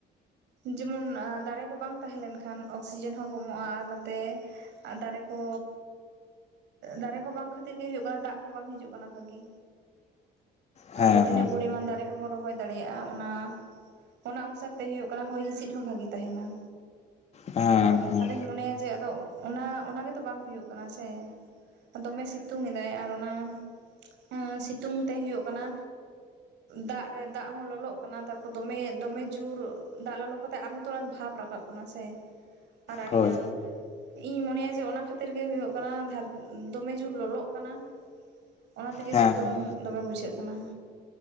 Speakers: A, on the right; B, on the left.
A: ᱡᱮᱢᱚᱱ ᱟ ᱫᱟᱨᱮ ᱠᱚ ᱵᱟᱝ ᱛᱟᱦᱮᱸ ᱞᱮᱱᱠᱷᱟᱱ ᱚᱠᱥᱤᱡᱮᱱ ᱦᱚᱸ ᱠᱚᱢᱚᱜ-ᱟ ᱟᱨ ᱱᱚᱛᱮ ᱟᱨ ᱫᱟᱨᱮ ᱠᱚ ᱫᱟᱨᱮ ᱠᱚ ᱵᱟᱝ ᱠᱷᱟᱹᱛᱤᱨ ᱜᱮ ᱦᱩᱭᱩᱜ ᱠᱟᱱᱟ ᱫᱟᱜ ᱠᱚ ᱵᱟᱝ ᱦᱤᱡᱩᱜ ᱠᱟᱱᱟ ᱵᱷᱟᱜᱤ
B: ᱦᱮᱸ
A: ᱟᱵᱚ ᱛᱤᱱᱟᱹᱜ
B: ᱦᱮᱸ
A: ᱯᱚᱨᱤᱟᱱ ᱫᱟᱨᱮ ᱠᱚ ᱵᱚᱱ ᱨᱚᱦᱚᱭ ᱫᱟᱲᱮᱼᱼ ᱫᱟᱲᱮᱭᱟᱜ-ᱟ ᱚᱱᱟ ᱚᱱᱟ ᱚᱝᱥᱟᱨ ᱛᱮ ᱦᱩᱭᱩᱜ ᱠᱟᱱᱟ ᱦᱚᱭ ᱦᱤᱸᱥᱤᱫ ᱦᱚᱸ ᱵᱷᱟᱜᱤ ᱛᱟᱸᱦᱮᱱᱟ।
B: ᱦᱮᱸ ᱦᱮᱸ
A: ᱟᱫᱚᱧ ᱢᱚᱱᱮᱭᱟ ᱡᱮ ᱟᱫᱚ ᱚᱱᱟ ᱚᱱᱟ ᱜᱮᱛᱚ ᱵᱟᱝ ᱦᱩᱭᱩᱜ ᱠᱟᱱᱟ ᱥᱮ ᱫᱚᱢᱮ ᱥᱤᱛᱩᱝ ᱮᱫᱟᱭ ᱟᱨ ᱚᱱᱟ ᱮᱸ ᱥᱤᱛᱩᱝ ᱛᱮ ᱦᱩᱭᱩᱜ ᱠᱟᱱᱟ ᱫᱟᱜ ᱨᱮ ᱫᱟᱜ ᱦᱚᱸ ᱞᱚᱞᱚᱜ ᱠᱟᱱᱟ ᱛᱟᱨᱯᱚᱨ ᱫᱚᱢᱮ ᱫᱚᱢᱮ ᱡᱳᱨ ᱫᱟᱜ ᱞᱚᱞᱚ ᱠᱟᱛᱮᱜ ᱟᱨᱦᱚᱸ ᱛᱚ ᱚᱱᱟ ᱵᱷᱟᱵᱽ ᱨᱟᱠᱟᱵ ᱠᱟᱱᱟ ᱥᱮ ᱟᱨ ᱟᱹᱰᱤᱜᱟᱱ
B: ᱦᱳᱭ
A: ᱤᱧ ᱢᱚᱱᱮᱭᱟ ᱡᱮ ᱚᱱᱟ ᱠᱷᱟᱹᱛᱤᱨ ᱜᱮ ᱦᱩᱭᱩᱜ ᱠᱟᱱᱟ ᱫᱚᱢᱮ ᱡᱳᱨ ᱞᱚᱞᱚᱜ ᱠᱟᱱᱟ ᱚᱱᱟ ᱛᱮᱜᱮ
B: ᱦᱮᱸ
A: ᱥᱤᱛᱩᱝ
B: ᱦᱮᱸ
A: ᱫᱚᱢᱮ ᱵᱩᱡᱷᱟᱹᱜ ᱠᱟᱱᱟ